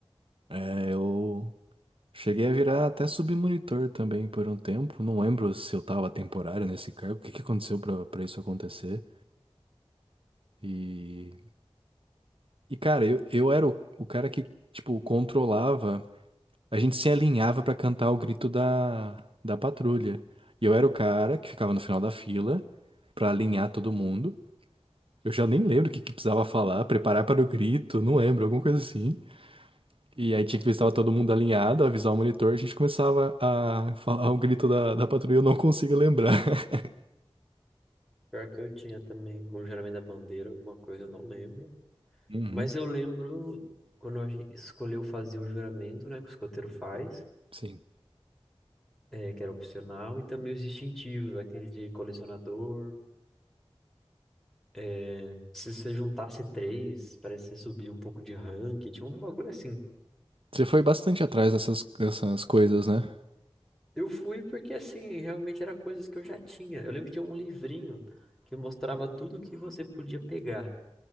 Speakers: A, on the right; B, in the centre.
A: É, eu cheguei a virar até submonitor também por um tempo. Não lembro se eu tava temporário nesse cargo, o que que aconteceu pra, pra isso acontecer. E, e cara, eu, eu era o, o cara que, tipo, controlava. A gente se alinhava pra cantar o grito da, da patrulha. E eu era o cara que ficava no final da fila pra alinhar todo mundo. Eu já nem lembro o que, que precisava falar, preparar para o grito, não lembro, alguma coisa assim. E aí tinha que ver se estava todo mundo alinhado, avisar o monitor, a gente começava a falar o grito da, da patrulha, eu não consigo lembrar. <laughs>
B: Pior que eu tinha também algum geralmente da bandeira, alguma coisa, eu não lembro.
A: Uhum,
B: Mas eu lembro quando a gente escolheu fazer o juramento, né, que o escoteiro faz,
A: sim.
B: é, que era opcional, e também os distintivos, aquele de colecionador. é, Se você juntasse três, parece que você subia um pouco de rank, tinha um bagulho assim.
A: Você foi bastante atrás dessas, dessas coisas, né?
B: Eu fui porque, assim, realmente era coisas que eu já tinha. Eu lembro que tinha um livrinho que mostrava tudo que você podia pegar.